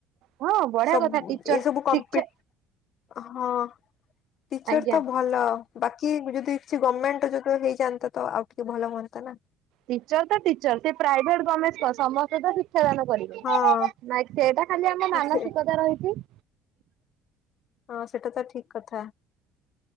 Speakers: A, on the right (about 70°); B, on the left (about 55°).
A: ହଁ ବଢିଆ
B: ସବ୍
A: କଥା ଟିଚର
B: ଏସବୁ କମ୍ପି
A: ଶିକ୍ଷା
B: ହଁ ଟିଚର
A: ଆଜ୍ଞା
B: ତ ଭଲ। ବାକି ଯଦି କିଛି ଗମେଣ୍ଟ ଯଦ ହେଇଯାନ୍ତା ତ ଆଉ ଟିକେ ଭଲ ହୁଅନ୍ତା ନା।
A: ଟିଚର ତ ଟିଚର ସେ ପ୍ରାଇଭେଟ ଗମେଣ୍ଟ କଣ ସମସ୍ତେ ତ ଶିକ୍ଷାଦାନ କରି
B: ହଁ।
A: ନାଇଁ ସେଇଟା ଖାଲି ଆମ ମାନସିକତା
B: ସେ
A: ରହିଚି।
B: ହଁ ସେଟା ତ ଠିକ କଥା।